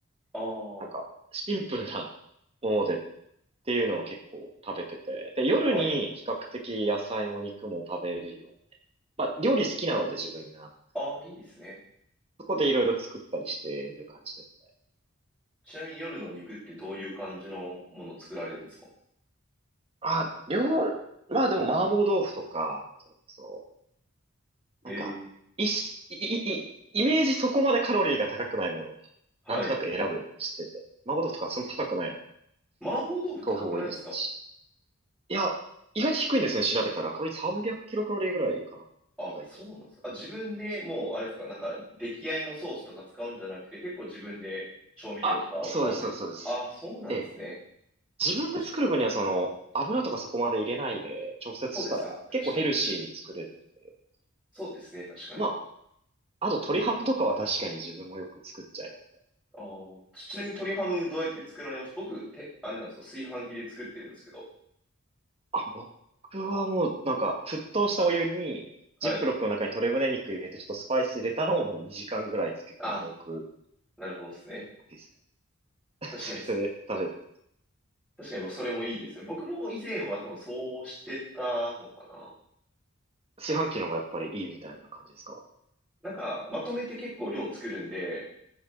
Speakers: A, in the centre; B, on the right.
A: ああ、
B: なんかシンプルなものでっ
A: は
B: ていうのを結構食べてて、で、夜に比較的野菜も肉も食べれるよう。
A: い。
B: まあ、料理好きなので自分が、
A: ああ、いいですね。
B: そこでいろいろ作ったりしてる感じです。
A: ちなみに夜の肉ってどういう感じのもの作られるんですか
B: あ、料、まあでも麻婆豆腐とか、それこそなんか、
A: ええ
B: いし、い、い、い、イメージそこまでカロリーが高くないものは、
A: はい。
B: なんとなく選ぶようにしてて。麻婆豆腐とかそんな高くないのに。
A: 麻婆豆腐高くないですか
B: 豆腐多いですし。いや、意外と低いんですね、調べたら。カロリー300キロカロリーぐらいかな。
A: あ、
B: 意外と。
A: そうなんですか。あ、自分でもう、あれですか、なんか、出来合いのソースとか使うんじゃなくて、結構自分で調味料とか合わせて。
B: あ、そうです、そうです、そうです。
A: あ、そうなんですね。
B: ええ。自分で作る分にはその、
A: 確かに。
B: 油とかそこまで入れないで調節したら結構ヘルシーに作れるので。
A: そうですよね。確かに、確かに。そうですね、確かに。
B: まあ、あと鶏ハムとかは確かに自分もよく作っちゃいます。
A: ああ、ちなみに鶏ハムどうやって作られます僕、て、あれなんですよ。炊飯器で作ってるんですけど。
B: あ、僕はもうなんか沸騰したお湯にジップロックの中に鶏胸肉入れてちょっとスパイス入れたのをもう2時間ぐらい漬け込んでおく
A: はい。あ、なるほどですね。
B: ですね。<laughs>
A: 確かにそ、
B: それで食べて、
A: 確かに僕、それもいいですね。僕も以前は多分そうしてたのかな。
B: 市販機の方がやっぱりいいみたいな感じですか
A: なんか、まとめて結構量作るんで、